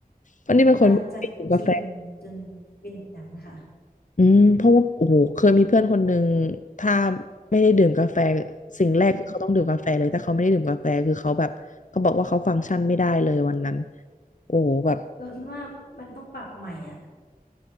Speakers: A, on the left; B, on the left.
A: วันนี้เป็นคนไม่กินกาแฟ
B: อาจจะกินจนเป็นอย่างนั้นค่ะ
A: อืมเพราะว่าโอ้โหเคยมีเพื่อนคนหนึ่งถ้าไม่ได้ดื่มกาแฟสิ่งแรกคือเขาต้องดื่มกาแฟเลยถ้าเขาไม่ได้ดื่มกาแฟคือเขาแบบเขาบอกว่าเขาฟังก์ชันไม่ได้เลยวันนั้น
B: อืม
A: โอ้โหแบบ
B: เราคิดว่ามันต้องปรับใหม่อ่ะ